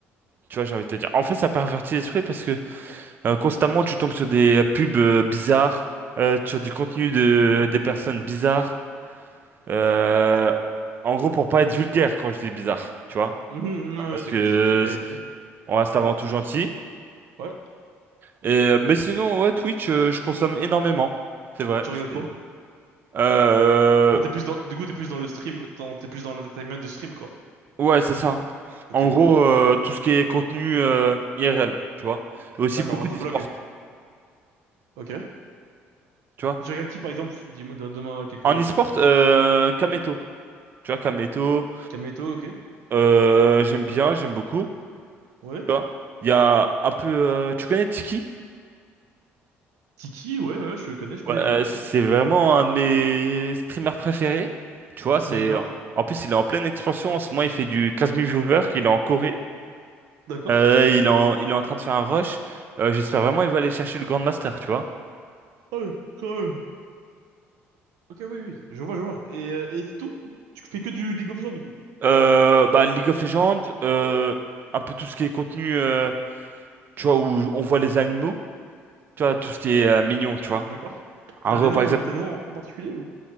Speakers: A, on the right; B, on the right.
A: tu vois. J'ai envie de te dire. En fait, ça pervertit l'esprit parce que euh, constamment tu tombes sur des pubs euh, bizarres, euh, sur du
B: Mhm.
A: contenu de des personnes bizarres. Euh, en gros, pour pas être vulgaire quand je dis bizarre, tu vois,
B: Mhm,
A: parce
B: ouais, t'inquiète,
A: que
B: j'ai- j'avais compris.
A: on reste avant tout gentil.
B: Ouais.
A: Et, euh, mais sinon, ouais, Twitch, euh, je consomme énormément. C'est vrai.
B: Tu regardes quoi?
A: c'est- Euh,
B: Enfin, t'es plus dans, du coup, t'es plus dans le stream, dans- t'es plus dans l'entertainment de stream, quoi.
A: ouais, c'est ça.
B: Ok.
A: En gros, euh, tout ce qui est contenu euh, IRL, tu vois. Et aussi
B: D'accord,
A: beaucoup d'e-sport,
B: de vlog. Ok. Et
A: tu vois.
B: tu regardes qui, par exemple? Dis-moi, donne- donne-moi quelques,
A: En e-sport,
B: tu vois.
A: euh, Kameto. Tu vois, Kameto,
B: Kameto, ok.
A: euh, j'aime bien, j'aime beaucoup.
B: Ouais.
A: Tu vois. Il y a un peu... euh, tu connais Tiki?
B: Tiki, ouais, ouais, je connais, je
A: Ouais,
B: connais
A: euh,
B: de nom,
A: c'est
B: ouais.
A: vraiment un de mes streamers préférés. Tu vois, c'est...
B: D'accord.
A: En plus, il est en pleine expansion. En ce moment, il fait du 15 000 viewers. Il est en Corée.
B: D'accord.
A: Euh, il est en, il est en train de faire un rush. Euh, j'espère vraiment qu'il va aller chercher le Grand Master, tu vois.
B: Ah ouais, quand même. Ok, oui, oui, je vois, je vois. Et, euh, et c'est tout? Tu fais que du League of Legends, du coup.
A: Euh, bah, League of Legends, euh, un peu tout ce qui est contenu, euh, tu vois, où on voit les animaux, tu vois, tout ce qui est euh, mignon, tu vois.
B: D'accord.
A: Un
B: T'as
A: re,
B: des noms,
A: par exemple,
B: euh, t'as des noms en particulier ou?